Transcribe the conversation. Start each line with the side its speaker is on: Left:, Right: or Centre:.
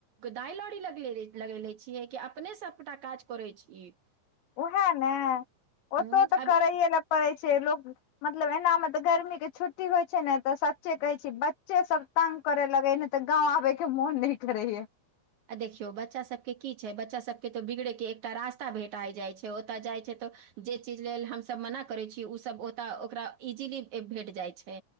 Right: दाइ लौड़ी लगेेले छियै कि अपने सबगोटा काज करे छीयै
Left: उएह ने ओतो
Right: उँ,
Left: तऽ
Right: आब
Left: करैए ने पड़ै छै लोक। मतलब एना मे तऽ गर्मी के छुट्टी होइ छै ने तऽ सच्चे कहै छी बच्चे तंग करे लगे न तऽ गांव आबे के मोन न करेयै
Right: आ देखियौ बच्चा सबके की छै बच्चा सबके तो बिगड़ेके एकटा रास्ता भेटा जाइ छै ओतय जाइ छै जे चीज लेल हमसभ मना करै छीयै उसभ ओत ओकरा इजिली भेट जाइ छै।